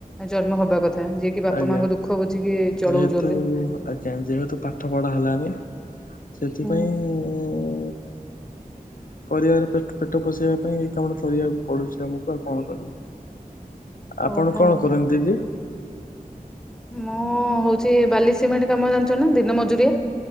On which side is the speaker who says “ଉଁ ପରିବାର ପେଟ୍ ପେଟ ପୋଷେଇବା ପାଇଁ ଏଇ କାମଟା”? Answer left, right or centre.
Left